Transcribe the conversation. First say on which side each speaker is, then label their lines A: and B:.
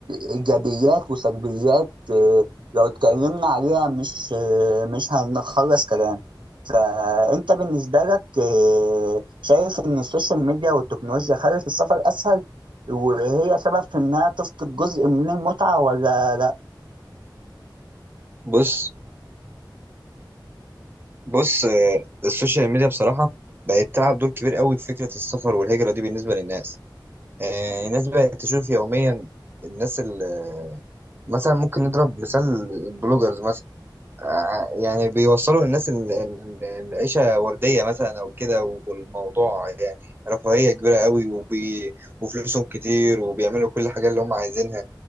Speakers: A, on the right; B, on the right.
A: إيجابيات وسلبيات آه، لو اتكلمنا عليها مش آه، مش هنخلص كلام فأنت بالنسبة لك آه، شايف إن السوشيال ميديا والتكنولوجيا خلت السفر أسهل وهي سبب في إنها تفقد جزء من المتعة ولا لا؟
B: بص بص آه، السوشيال ميديا بصراحة بقت تلعب دور كبير قوي في فكرة السفر والهجرة دي بالنسبة للناس آه، الناس بقت تشوف يوميا الناس اللي مثلا ممكن نضرب مثال البلوجرز مثلا آه، يعني بيوصلوا للناس ال- ال- العيشة وردية مثلا أو كده والموضوع يعني رفاهية كبيرة قوي وبي... وفلوسهم كتير وبيعملوا كل حاجة اللي هم عايزينها